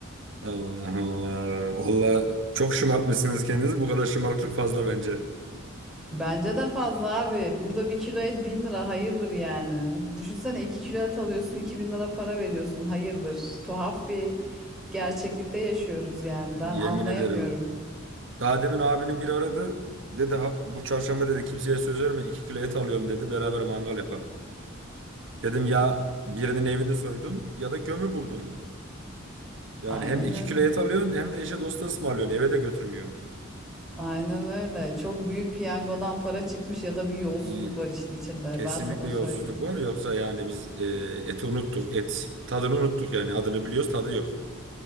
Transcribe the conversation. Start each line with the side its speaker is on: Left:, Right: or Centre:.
Right: Allah Allah. Valla çok şımartmışsınız kendinizi. Bu kadar şımarıklık fazla bence.
Centre: Bence de fazla abi. Burada bir kilo et bin lira hayırdır yani. Düşünsene iki kilo et alıyorsun iki bin lira para veriyorsun hayırdır. Tuhaf bir gerçeklikte yaşıyoruz yani. Ben
Right: Yemin
Centre: anlayamıyorum.
Right: ederim. Daha demin abinin biri aradı. Dedi "Ha- bu çarşamba dedi kimseye söz verme 2 kilo et alıyorum dedi. Beraber mangal yapak. Dedim ya birinin evini soydun ya da gömü buldun. Yani
Centre: Aynen
Right: hem 2
Centre: öyle.
Right: kilo et alıyorsun hem de eşe dosta ısmarlıyorsun. Eve de götürmüyorsun.
Centre: Aynen öyle. Çok büyük piyangodan para çıkmış ya da bir yolsuzluk
Right: İyi,
Centre: var işin içinde.
Right: Kesinlikle
Centre: Ben sana
Right: yolsuzluk
Centre: söyleyeyim.
Right: var. Yoksa yani biz e, eti unuttuk. Et tadını unuttuk yani. Adını biliyoruz tadı yok.